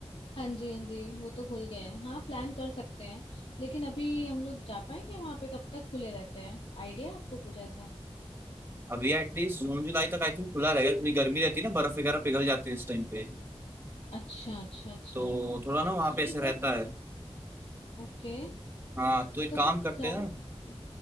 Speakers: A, on the left; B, on the right.
A: हाँ जी हाँ जी वो तो खुल गए हैं हाँ प्लान कर सकते हैं लेकिन अभी हम लोग जा पाएंगे वहां पे कब तक खुले रहते हैं आइडिया है आपको कुछ ऐसा
B: अभी एटलीस्ट जून जुलाई तक आई थिंक खुला रहेगा इतनी गर्मी रहती है ना बर्फ वगैरह पिघल जाती है इस टाइम पे
A: अच्छा अच्छा अच्छा
B: तो
A: हाँ
B: थोड़ा ना वहाँ
A: तो
B: पे ऐसे
A: फिर
B: रहता
A: कर सकते
B: है
A: ओके
B: हाँ तो एक
A: तो
B: काम
A: फिर
B: करते
A: तो जा
B: हैं ना
A: सकते हैं